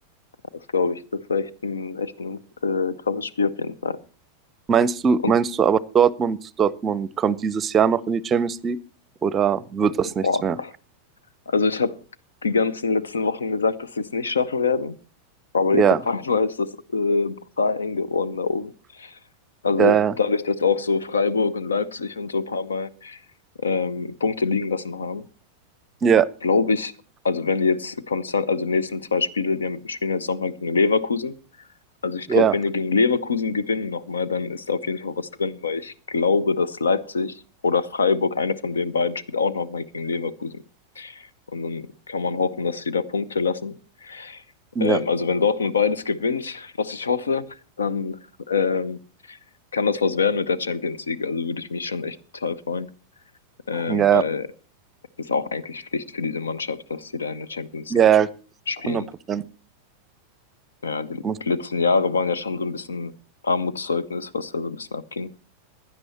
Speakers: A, on the left; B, on the right.
A: Das glaube ich, das war echt ein, echt ein äh, krasses Spiel auf jeden Fall.
B: Meinst du,
A: Und
B: meinst du aber Dortmund, Dortmund kommt dieses Jahr noch in die Champions League oder wird das
A: boah,
B: nichts mehr?
A: also ich habe die ganzen letzten Wochen gesagt, dass sie es nicht schaffen werden, aber
B: Ja,
A: jetzt auf einmal ist das äh, brutal eng geworden da oben. Also
B: ja,
A: dadurch, dass auch so Freiburg und Leipzig und so ein paar Mal ähm, Punkte liegen lassen haben.
B: ja,
A: glaube ich, also wenn die jetzt konstant, also die nächsten zwei Spiele, die haben, spielen jetzt nochmal gegen Leverkusen. Also ich
B: ja,
A: glaube, wenn die gegen Leverkusen gewinnen nochmal, dann ist da auf jeden Fall was drin, weil ich glaube, dass Leipzig oder Freiburg, eine von den beiden, spielt auch nochmal gegen Leverkusen. Und dann kann man hoffen, dass sie da Punkte lassen.
B: ja,
A: Ähm, also wenn Dortmund beides gewinnt, was ich hoffe, dann ähm, kann das was werden mit der Champions League. Also würde ich mich schon echt total freuen, ähm,
B: ja,
A: weil ist auch eigentlich Pflicht für diese Mannschaft, dass sie da in der Champions
B: ja,
A: League spielen.
B: 100 Prozent.
A: Ja, die
B: Muss-
A: letzten Jahre waren ja schon so ein bisschen Armutszeugnis, was da so ein bisschen abging.